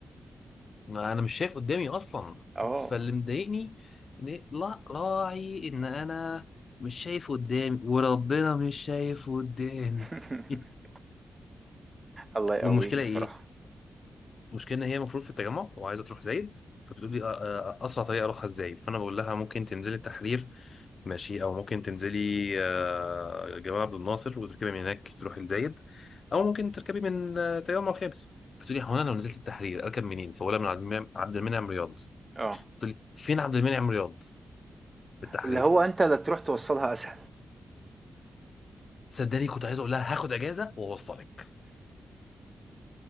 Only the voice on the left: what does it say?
ما انا مش شايف قدامي اصلا
فاللي مضايقني إن- لا راعي ان انا مش شايف قدامي وربنا مش شايف قدامي
<laughs>
والمشكله
ايه المشكله ان هي المفروض في التجمع وعايزه تروح زايد فبتقول لي آه، آه، اسرع طريقه اروحها ازاي فانا بقول لها ممكن تنزلي التحرير ماشي او ممكن تنزلي آه، جمال عبد الناصر وتركبي من هناك تروحي لزايد او ممكن تركبي من آه، تجمع خامس بتقول لي هو انا لو نزلت التحرير اركب منين فبقول لها من عبد المنعم عبد المنعم رياض
بتقول لي فين عبد المنعم رياض في التحرير
صدقني كنت عايز اقول لها هاخد اجازه واوصلك